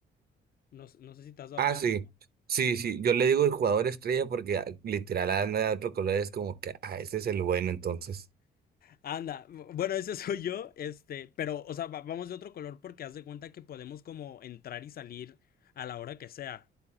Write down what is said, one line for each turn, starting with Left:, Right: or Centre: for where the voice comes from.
Left: No, s- no sé si te has dado
Right: Ah,
Left: cuenta.
Right: sí. Sí, sí. Yo le digo el jugador estrella porque ah, literal anda de otro color. Es como que, ah, este es el bueno, entonces.
Left: Anda, bueno, ese <laughs> soy yo, este, pero, o sea, va- vamos de otro color porque haz de cuenta que podemos como entrar y salir a la hora que sea.